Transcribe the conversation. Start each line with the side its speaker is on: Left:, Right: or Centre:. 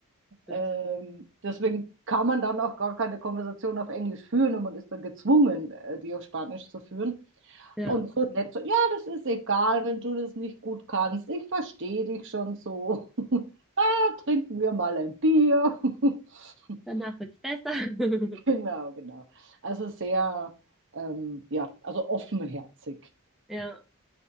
Centre: stimmt.
Right: Ähm, deswegen kann man dann auch gar keine Konversation auf Englisch führen und man ist dann gezwungen, äh, die auf Spanisch zu führen.
Centre: Ja,
Right: Und so nett so, ja, das ist egal, wenn du das nicht gut kannst. Ich verstehe dich schon so. <laughs> Da trinken wir mal ein Bier. <laughs>
Centre: danach wird es besser.
Right: Genau,
Centre: <laughs>
Right: genau. Also sehr, ähm, ja, also offenherzig.
Centre: Ja.